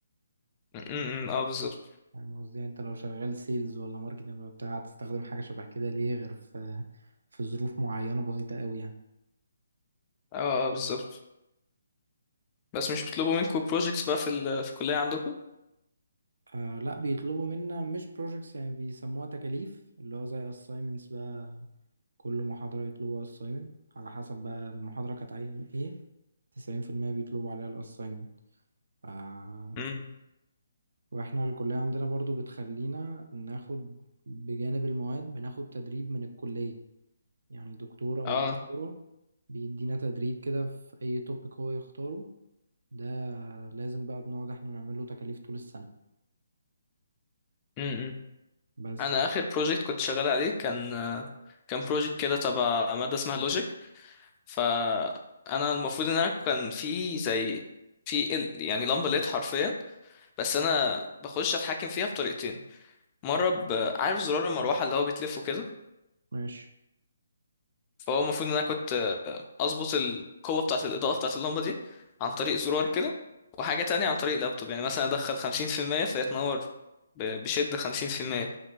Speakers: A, on the left; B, on the right.
A: م- م- م، اه بالظبط
B: فاهم قصدي؟ يعني انت لو شغال سيلز ولا ماركتنج ولا بتاع هتستخدم حاجة شبه كده ليه غير في في ظروف معينة بسيطة قوي يعني
A: اه اه بالظبط بس مش بيطلبوا منكم بروجيكتس بقى في ال... في الكليه عندكم
B: آه لا بيطلبوا منا مش projects يعني بيسموها تكاليف اللي هو زي assignments بقى كل محاضرة يطلبوا assignment على حسب بقى المحاضرة كانت عايزة ايه تسعين في المية بيطلبوا عليها الأسايمنت آه
A: امم
B: وإحنا الكلية عندنا برضو بتخلينا ناخد بجانب المواد بناخد تدريب من الكلية يعني دكتور أو
A: اه
B: دكتورة بيدينا تدريب كده في أي توبيك هو يختاره ده لازم بقى بنقعد إحنا نعمل له تكاليف طول السنة
A: امم
B: بس
A: انا اخر بروجكت كنت شغال عليه كان كان بروجكت كده تبع ماده اسمها لوجيك فانا المفروض ان انا كان في زي في ال- يعني لمبه ليد حرفيا بس انا بخش اتحكم فيها بطريقتين مره ب... عارف زرار المروحه اللي هو بيتلفه كده
B: ماشي
A: فهو المفروض ان انا كنت اظبط القوه بتاعه الاضاءه بتاعه اللمبه دي عن طريق زرار كده وحاجه تانية عن طريق لابتوب يعني مثلا ادخل 50% فهي تنور ب- بشده 50%